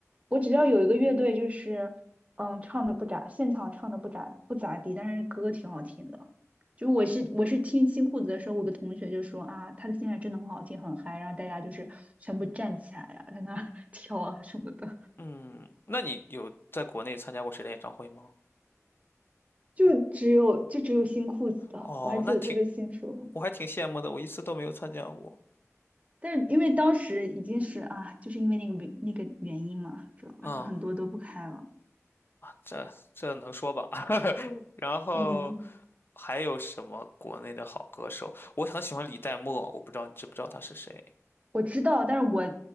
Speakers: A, on the right; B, on the left.
A: 我只道有一个乐队，就是嗯，唱的不咋，现场唱的不咋不咋地，但是歌挺好听的。就我是我是听新裤子的时候，我有个同学就说啊，他的现场真的很好听，很嗨，然后大家就是全部站起来啊，在那儿 <laughs> 跳啊什么的，
B: 嗯，那你有在国内参加过谁的演唱会吗？
A: 就只有就只有新裤子的，
B: 哦，
A: 我还记得特别清楚。
B: 那挺，我还挺羡慕的，我一次都没有参加过。
A: 但是因为当时已经是啊，就是因为那个那个原因嘛，知道吧？
B: 嗯，
A: 就很多都不开了。
B: 这这能说吧？<laughs> 然后
A: 嗯，
B: 还有什么国内的好歌手？我很喜欢李代沫，我不知道你知不知道他是谁？
A: 我知道，但是我